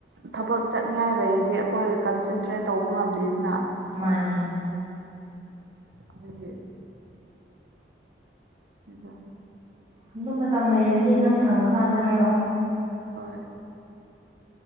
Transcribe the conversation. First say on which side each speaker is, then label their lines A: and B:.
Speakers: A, on the right; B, on the right.
A: ꯊꯕꯛ ꯆꯠꯅꯤꯡꯉꯥꯏ ꯂꯩꯔꯗꯤ ꯑꯩꯈꯣꯏ ꯀꯟꯁꯦꯟꯇ꯭ꯔꯦꯠ ꯇꯧꯕ ꯉꯝꯗꯦꯗꯅ
B: ꯃꯥꯅꯤ
A: ꯑꯗꯨꯒꯤ ꯑꯩꯗꯣ
B: ꯑꯗꯨꯝ ꯃꯇꯝ ꯂꯩꯔꯗꯤ ꯅꯪ ꯁꯪꯉꯀꯥꯟꯗ ꯍꯥꯏꯔꯛꯑꯣ
A: ꯍꯣꯏ